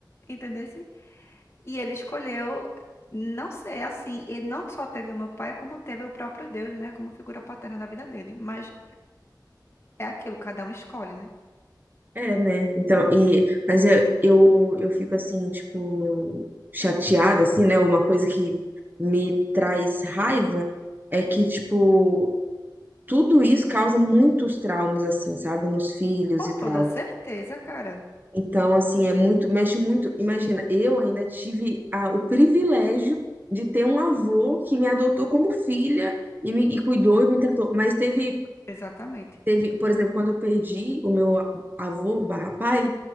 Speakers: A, on the left (about 35°); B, on the right (about 25°).
A: entendesse? E ele escolheu não ser assim, ele não só teve o meu pai, como teve o próprio Deus, né, como figura paterna na vida dele. Mas É aquilo, cada um escolhe, né?
B: É, né? Então, e, mas eu, eu, eu fico assim, tipo, chateada, assim, né? Uma coisa que me traz raiva é que, tipo, tudo isso causa muitos traumas, assim, sabe? Nos filhos
A: Com
B: e
A: toda
B: tal.
A: certeza, cara.
B: Então, assim, é muito, mexe muito. Imagina, eu ainda tive a- o privilégio de ter um avô que me adotou como filha e me e cuidou e me tratou, mas teve
A: Exatamente.
B: Teve, por exemplo, quando eu perdi o meu a- avô barra pai,